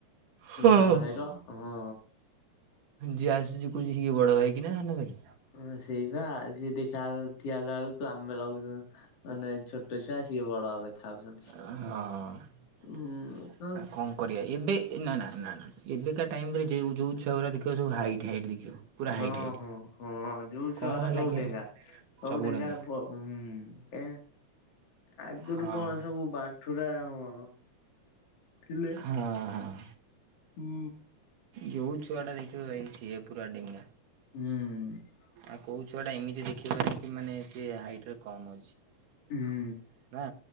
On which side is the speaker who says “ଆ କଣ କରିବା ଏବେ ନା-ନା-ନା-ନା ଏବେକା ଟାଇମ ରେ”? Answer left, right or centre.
Right